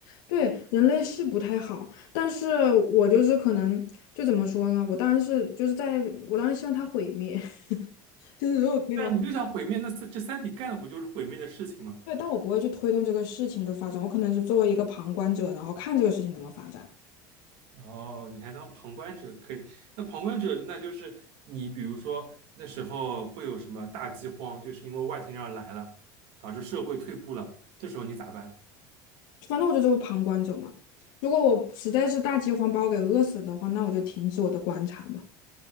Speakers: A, on the left; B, on the right.
A: 对，人类是不太好，但是我就是可能就怎么说呢？我当然是就是在我当然希望它毁灭，<laughs> 就是如果可以的话，
B: 对啊，你就想毁灭，那这这三体干的不就是毁灭的事情吗？
A: 对，但我不会去推动这个事情的发展，我可能是作为一个旁观者，然后看这个事情怎么发展。
B: 哦，你还当旁观者可以？那旁观者，那就是你，比如说那时候会有什么大饥荒，就是因为外星人来了，导致社会退步了，这时候你咋办？
A: 反正我就作为旁观者嘛。如果我实在是大饥荒把我给饿死的话，那我就停止我的观察嘛。